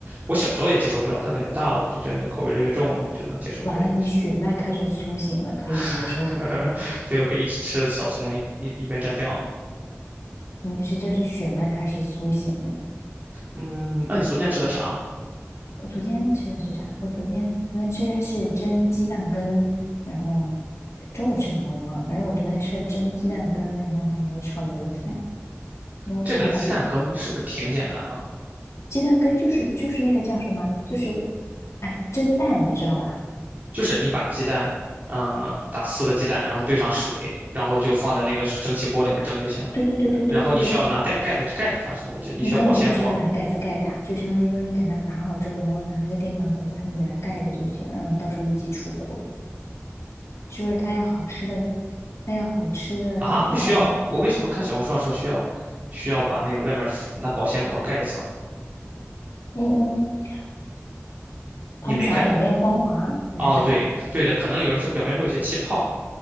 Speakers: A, on the right; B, on the left.
A: 我小时候也接受不了，但感觉大了就觉得那口越来越重了，就能接受这些东西。
B: 完了，你血脉开始苏醒了，可以接受了。
A: <laughs> 对，我可以一直吃小葱，一一一边蘸酱了。
B: 你是这是血脉开始苏醒了。
A: 嗯，那你昨天吃的啥？
B: 我昨天吃的是啥？我昨天昨天吃的是蒸鸡蛋羹，然后中午吃什么我忘了，反正我昨天吃了蒸鸡蛋羹，然后还有炒油菜。那我想要把
A: 这个鸡蛋羹是不是挺简单的？
B: 鸡蛋羹就是就是那个叫什么，就是哎蒸蛋，你知道吧？
A: 就是你把鸡蛋，嗯、打四个鸡蛋，然后兑上水，然后就放在那个蒸汽锅里面蒸就行了呗。
B: 对对对对对对对，
A: 然然后你需要拿带盖的盖住它，什么？我记得你需要保鲜膜，
B: 你根本就不需要拿盖子盖它，就相当于说你给它打好之后，然后拿那个电饭锅上面给它盖着就行，让你到时候一起出锅。就是它要好吃的，它要好吃的两个办法。
A: 啊，不需要。我为什么看小红书上说需要，需要把那个外面敷拿保鲜膜盖一层？
B: 嗯嗯。他们想要表面光滑还是什么
A: 你没盖。哦，对对的，可能有人说表面会有些气泡，